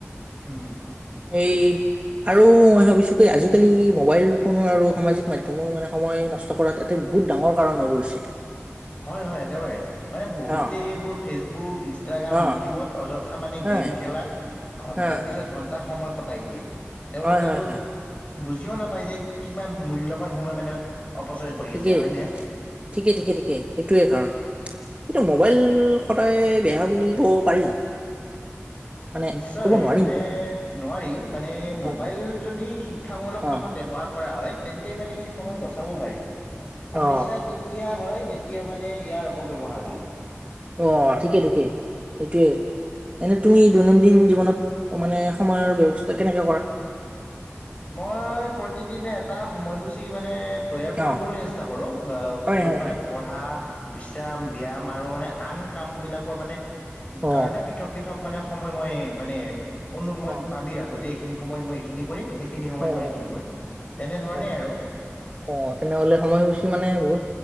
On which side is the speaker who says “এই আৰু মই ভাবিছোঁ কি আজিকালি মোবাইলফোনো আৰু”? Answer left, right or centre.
Right